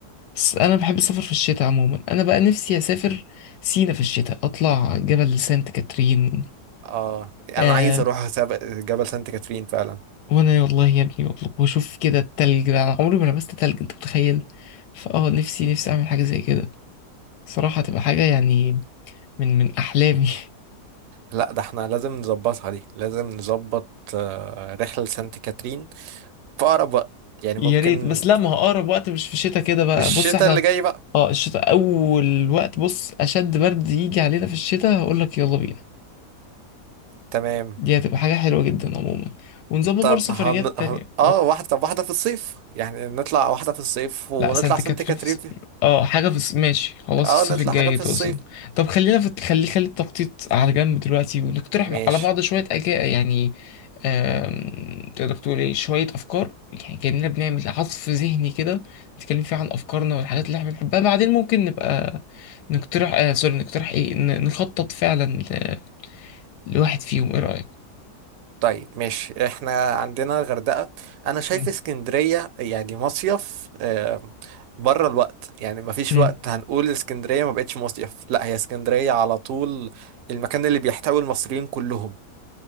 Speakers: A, on the left; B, on the right.
A: بس انا بحب السفر في الشتاء عموما انا بقى نفسي اسافر سينا في الشتاء اطلع جبل سانت كاترين
B: اه انا
A: آه
B: عايز اروح سب- جبل سانت كاترين فعلا
A: وانا والله يا ابني بطلب واشوف كده التلج ده أنا عمري ما لبست تلج انت متخيل فاه نفسي نفسي اعمل حاجه زي كده صراحة هتبقى حاجة يعني من من أحلامي <laughs>
B: لا ده احنا لازم نظبطها دي لازم نظبط آه، رحلة سانت كاترين في أقرب وقت يعني
A: يا
B: ممكن
A: ريت بس لا ما هو أقرب وقت مش في الشتاء كده بقى
B: في الشتاء
A: بص احنا
B: اللي جاي بقى
A: اه الشتاء أول وقت بص أشد برد يجي علينا في الشتاء هقولك يلا بينا
B: تمام
A: دي هتبقى حاجة حلوة جدا عموما ونظبط
B: طب
A: برضه سفريات
B: هن...
A: تانية
B: هن... اه واحدة طب واحدة في الصيف يعني نطلع واحدة في الصيف ونطلع
A: لا سانت
B: سانت
A: كاترين
B: كاترين
A: في الص-
B: في-
A: اه حاجة في الص- ماشي خلاص
B: اه
A: الصيف
B: نطلع
A: الجاي
B: حاجة في
A: تقصد
B: الصيف
A: طب خلينا في خلي خلي التخطيط على جنب دلوقتي ونقترح
B: ماشي
A: على بعض شوية أجا يعني آم، تقدر تقول ايه شوية أفكار يعني كأننا بنعمل عصف ذهني كده نتكلم فيه عن أفكارنا والحاجات اللي احنا بنحبها بعدين ممكن نبقى نقترح آه سوري نقترح ايه ن- نخطط فعلا ل... لواحد فيهم ايه رأيك؟
B: طيب ماشي احنا عندنا الغردقة انا شايف
A: مم.
B: اسكندرية يعني مصيف آه بره الوقت يعني مفيش
A: مم.
B: وقت هنقول اسكندرية ما بقتش مصيف لا هي اسكندرية على طول المكان اللي بيحتوي المصريين كلهم